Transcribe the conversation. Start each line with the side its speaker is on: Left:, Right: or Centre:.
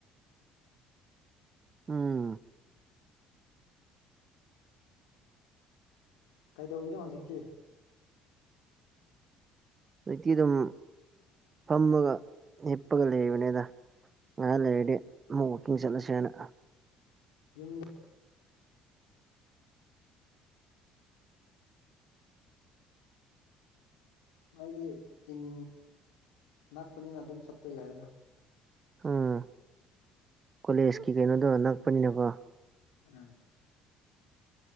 Right: ꯎꯝ
Left: ꯀꯩꯗꯧꯔꯤꯅꯣ ꯍꯧꯖꯤꯛꯇꯤ
Right: ꯍꯧꯖꯤꯛꯇꯤ ꯑꯗꯨꯝ ꯐꯝꯃꯒ ꯍꯤꯞꯄꯒ ꯂꯩꯕꯅꯤꯗ ꯉꯥꯏꯍꯥꯡ ꯂꯩꯔꯗꯤ ꯑꯃꯨꯛ ꯋꯥꯛꯀꯤꯡ ꯆꯠꯂꯁꯦ ꯍꯥꯏꯅ
Left: ꯌꯨꯝꯗ ꯑꯩꯣꯏꯗꯤ ꯆꯤꯡ ꯅꯥꯛꯄꯅꯤꯅ ꯑꯗꯨꯝ ꯆꯠꯄ ꯌꯥꯏꯅ
Right: ꯎꯝ ꯀꯣꯂꯦꯖꯀꯤ ꯀꯩꯅꯣꯗꯣ ꯅꯛꯄꯅꯤꯅꯀꯣ
Left: ꯎꯝ